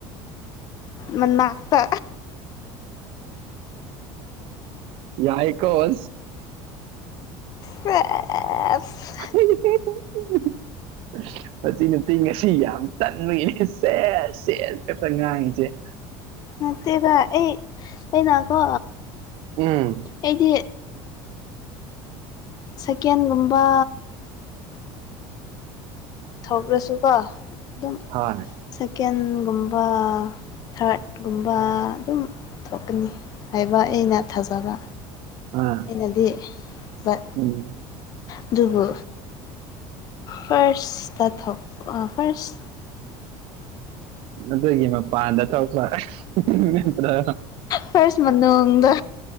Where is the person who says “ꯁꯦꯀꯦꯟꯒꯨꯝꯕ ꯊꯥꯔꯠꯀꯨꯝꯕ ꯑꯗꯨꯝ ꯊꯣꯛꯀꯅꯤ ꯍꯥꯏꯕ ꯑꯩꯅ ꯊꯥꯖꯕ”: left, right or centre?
Left